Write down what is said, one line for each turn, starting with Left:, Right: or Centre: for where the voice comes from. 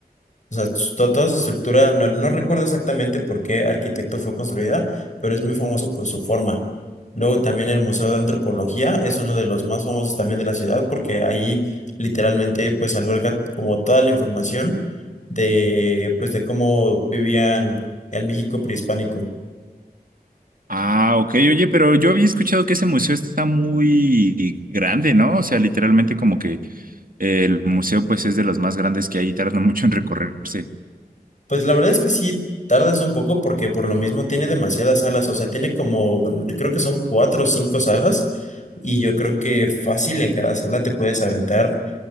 Left: o sea, to- toda su estructura, no, no recuerdo exactamente por qué arquitecto fue construida, pero es muy famoso por su forma. Luego también el Museo de Antropología es uno de los más famosos también de la ciudad porque ahí literalmente pues alberga como toda la información de pues de cómo vivían el México prehispánico.
Right: Ah, ok, oye, pero yo había escuchado que ese museo está muy grande, ¿no? O sea, literalmente como que el museo pues es de los más grandes que hay y tarda mucho en recorrerse.
Left: Pues la verdad es que sí tardas un poco porque por lo mismo tiene demasiadas salas, o sea, tiene como creo que son cuatro o cinco salas y yo creo que fácil en cada sala te puedes aventar